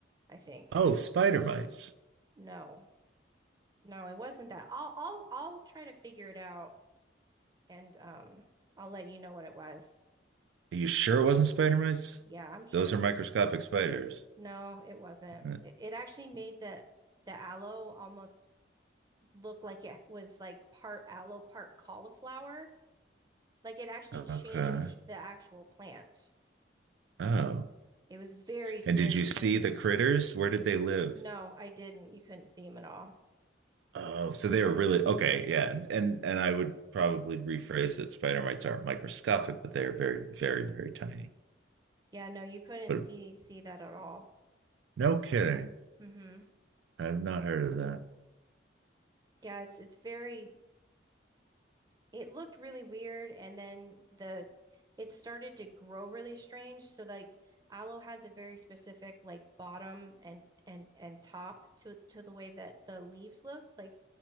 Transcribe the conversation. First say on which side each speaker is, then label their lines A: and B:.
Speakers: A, on the right; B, on the right.
A: I think.
B: Oh, spider mites.
A: No, no, it wasn't that. I'll I'll I'll try to figure it out and um I'll let you know what it was.
B: Are you sure it wasn't spider mites?
A: Yeah, I'm sure.
B: Those are microscopic spiders.
A: No, it wasn't.
B: Uh,
A: It, it actually made the the aloe almost look like it was like part aloe, part cauliflower. Like it actually
B: Okay.
A: changed the actual plant.
B: Oh.
A: It was very, very
B: And did you
A: strange.
B: see the critters? Where did they live?
A: No, I didn't. You couldn't see him at all.
B: Oh, so they were really okay, yeah, and and, and I would probably rephrase that spider mites aren't microscopic, but they are very, very, very tiny.
A: Yeah, no, you couldn't
B: But
A: see see that at all.
B: no kidding,
A: hmm
B: I've not heard of that.
A: Yeah, it's it's very it looked really weird and then the it started to grow really strange. So like aloe has a very specific like bottom and and and top to to the way that the leaves look like